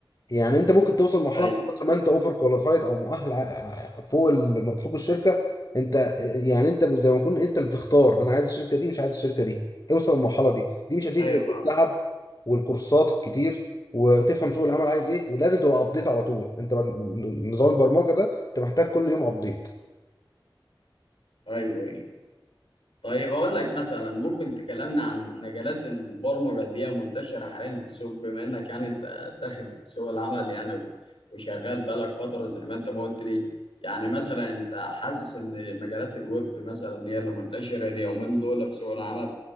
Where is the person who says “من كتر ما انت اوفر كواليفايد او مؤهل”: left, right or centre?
Left